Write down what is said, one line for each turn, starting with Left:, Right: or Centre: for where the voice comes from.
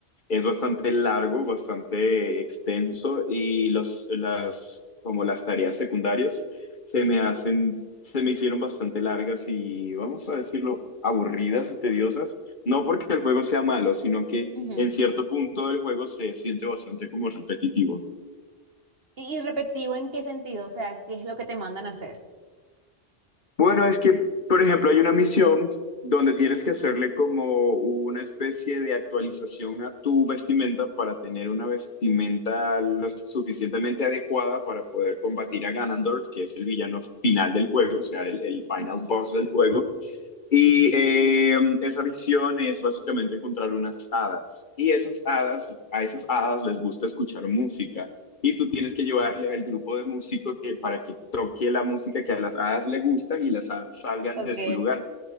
Left: es bastante largo, bastante extenso y los, las, como las tareas secundarias se me hacen, se me hicieron bastante largas y, vamos a decirlo, aburridas y tediosas. No porque el juego sea malo, sino que
Right: ujú.
Left: en cierto punto del juego se siente bastante como repetitivo.
Right: Y y repetitivo en qué sentido, o sea, ¿qué es lo que te mandan a hacer?
Left: Bueno, es que, por ejemplo, hay una misión donde tienes que hacerle como una especie de actualización a tu vestimenta para tener una vestimenta lo suficientemente adecuada para poder combatir a Ganondorf, que es el villano final del juego, o sea, el el final
Right: Ujú.
Left: boss del juego. Y eh, esa visión es básicamente encontrar unas hadas. Y esas hadas, a esas hadas les gusta escuchar música. Y tú tienes que llevarle al grupo de músicos que, para que toque la música que a las hadas le gustan y las hadas salgan
Right: Ok,
Left: de su lugar.